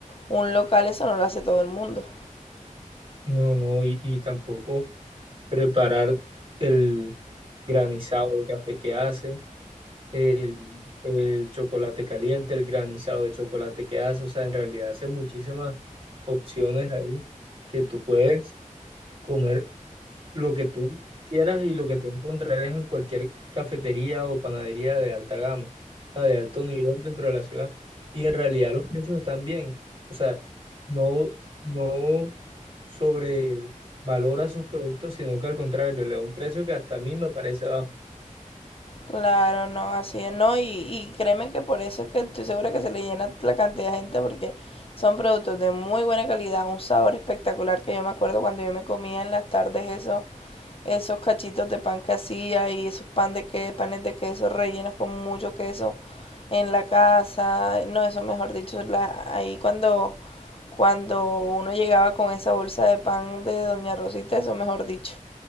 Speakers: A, on the left; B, on the right.
A: un local, eso no lo hace todo el mundo.
B: No, no, y, y tampoco. preparar el granizado de café que hace, el, el chocolate caliente, el granizado de chocolate que hace. O sea, en realidad hace muchísimas opciones ahí que tú puedes comer lo que tú quieras y lo que tú encontrarías en cualquier cafetería o panadería de alta gama, o sea, de alto nivel dentro de la ciudad. Y en realidad los precios están bien. O sea, no, no sobre valora sus productos, sino que al contrario, le da un precio que hasta a mí me parece bajo.
A: Claro, no, así es, no, y, y créeme que por eso es que estoy segura que se le llena la cantidad de gente porque son productos de muy buena calidad, un sabor espectacular que yo me acuerdo cuando yo me comía en las tardes eso, esos cachitos de pan que hacía y esos pan de que, panes de queso rellenos con mucho queso en la casa. No, eso mejor dicho, la, ahí cuando, cuando uno llegaba con esa bolsa de pan de Doña Rosita, eso mejor dicho,